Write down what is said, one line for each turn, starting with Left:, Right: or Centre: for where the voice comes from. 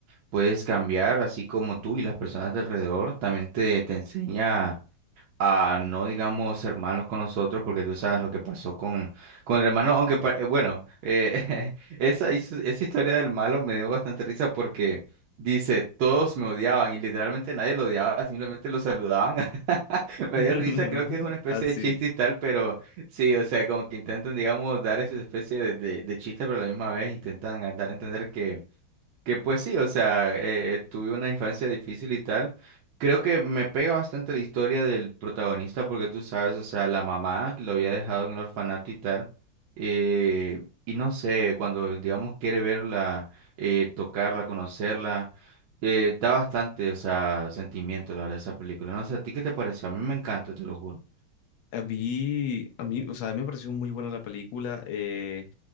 Right: puedes cambiar, así como tú y las personas de alrededor, también te, te enseña a no, digamos, ser malos con nosotros, porque tú sabes lo que pasó con, con el hermano, aunque, pa- eh, bueno, eh, <laughs> esa, his- esa historia del malo me dio bastante risa porque dice, todos me odiaban y literalmente nadie lo odiaba, simplemente lo saludaban. <laughs> Me
Left: <laughs>
Right: dio risa, creo que es una especie
Left: Así.
Right: de chiste y tal, pero sí, o sea, como que intentan, digamos, dar esa especie de, de, de chiste, pero a la misma vez intentan ah, dar a entender que pues sí, o sea, eh, eh, tuve una infancia difícil y tal. Creo que me pega bastante la historia del protagonista porque tú sabes, o sea, la mamá que lo había dejado en el orfanato y tal. eh, y no sé, cuando, digamos, quiere verla, eh, tocarla, conocerla, eh, da bastante, o sea, sentimiento, la verdad, esa película. No sé, ¿a ti qué te pareció? A mí me encanta, te lo juro.
Left: A mí, a mí, o sea, a mí me pareció muy buena la película, eh,